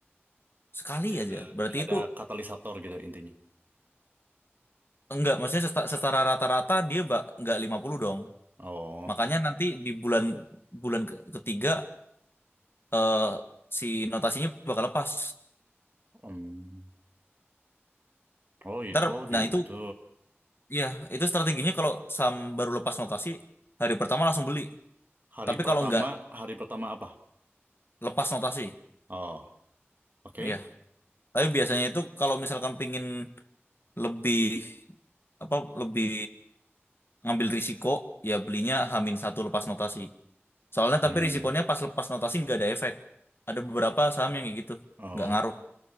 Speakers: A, on the left; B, on the right.
A: Sekali
B: Berarti
A: aja.
B: ada
A: Berarti
B: ini ada
A: itu
B: katalisator gitu intinya.
A: enggak, maksudnya seta- secara rata-rata dia ba- enggak 50 dong.
B: Oh,
A: Makanya nanti di bulan bulan ke- ketiga eh si notasinya bakal lepas.
B: mm. oh, i-
A: Ntar,
B: oh
A: nah
B: gitu.
A: itu ya itu strateginya kalau Sam baru lepas notasi hari pertama langsung beli.
B: Hari
A: Tapi
B: pertama,
A: kalau enggak
B: hari pertama apa?
A: lepas notasi,
B: Oh, oke.
A: ya. Tapi biasanya itu kalau misalkan pingin lebih apa lebih ngambil risiko ya belinya Hamin satu lepas notasi. Soalnya
B: Hmm.
A: tapi risikonya pas lepas notasi nggak ada efek. Ada beberapa saham yang kayak gitu.
B: Oh,
A: Nggak ngaruh